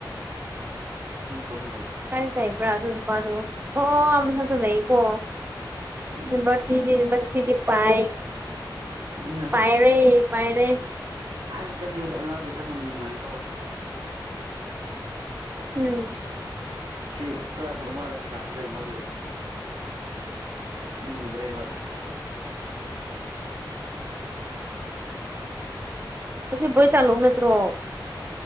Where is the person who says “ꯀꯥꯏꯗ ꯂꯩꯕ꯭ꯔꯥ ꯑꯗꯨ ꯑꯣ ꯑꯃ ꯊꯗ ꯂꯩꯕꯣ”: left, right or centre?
Right